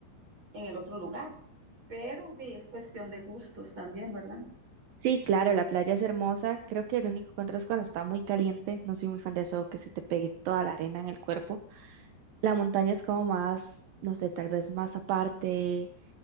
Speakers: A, on the right; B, on the right.
A: en el otro lugar. Pero de- es cuestión de gustos también, ¿verdad?
B: Sí, claro, la playa es hermosa. Creo que el único contra es cuando está muy caliente. No soy muy fan de eso, que se te pegue toda la arena en el cuerpo. La montaña es como más, no sé, tal vez más aparte.